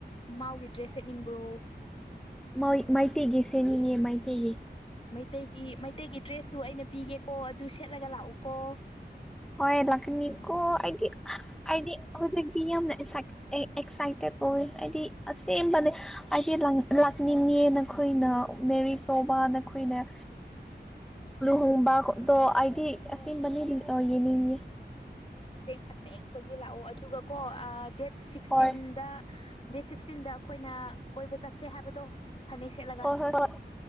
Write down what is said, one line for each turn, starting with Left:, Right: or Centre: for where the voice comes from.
Left: ꯃꯥꯎꯒꯤ ꯗ꯭ꯔꯦꯁ ꯁꯦꯠꯅꯤꯡꯕ꯭ꯔꯣ
Centre: ꯃꯣꯏ ꯃꯩꯇꯩꯒꯤ ꯁꯦꯅꯤꯡꯉꯦ ꯃꯩꯇꯩꯒꯤ
Left: ꯃꯩꯇꯩꯒꯤ ꯃꯩꯇꯩꯒꯤ ꯗ꯭ꯔꯦꯁꯁꯨ ꯑꯩꯅ ꯄꯤꯒꯦꯀꯣ ꯑꯗꯨ ꯁꯦꯠꯂꯒ ꯂꯥꯛꯎꯀꯣ
Centre: ꯍꯣꯏ ꯂꯥꯛꯀꯅꯤꯀꯣ ꯑꯩꯗꯤ ꯑꯩꯗꯤ ꯍꯧꯖꯤꯛꯇꯤ ꯌꯥꯝꯅ ꯑꯛꯁꯥꯏꯠ ꯑꯩ ꯑꯦꯛꯁꯥꯏꯇꯦꯠ ꯑꯣꯏ ꯍꯥꯏꯗꯤ ꯑꯁꯦꯡꯕꯅꯦ ꯍꯥꯏꯗꯤ ꯂꯥꯛ ꯂꯥꯛꯅꯤꯡꯉꯦ ꯅꯈꯣꯏꯅ ꯃꯦꯔꯤ ꯇꯣꯕꯥ ꯅꯈꯣꯏꯅꯦ ꯂꯨꯍꯣꯡꯕꯗꯣ ꯑꯩꯗꯤ ꯑꯁꯦꯡꯕꯅꯤ ꯑꯣ ꯌꯦꯡꯅꯤꯡꯉꯦ
Left: ꯑꯁꯦꯡ ꯑꯁꯦꯡꯕꯒꯤ ꯂꯥꯛꯑꯣ ꯑꯗꯨꯒꯀꯣ ꯗꯦꯠ ꯁꯤꯛꯁꯇꯤꯟꯗ
Centre: ꯍꯣꯏ
Left: ꯗꯦꯠ ꯁꯤꯛꯁꯇꯤꯟꯗ ꯑꯩꯈꯣꯏꯅ ꯀꯣꯏꯕ ꯆꯠꯁꯦ ꯍꯥꯏꯕꯗꯣ ꯐꯅꯦꯛ ꯁꯦꯠꯂꯒ
Centre: ꯍꯣꯏ ꯍꯣꯏ ꯍꯣꯏ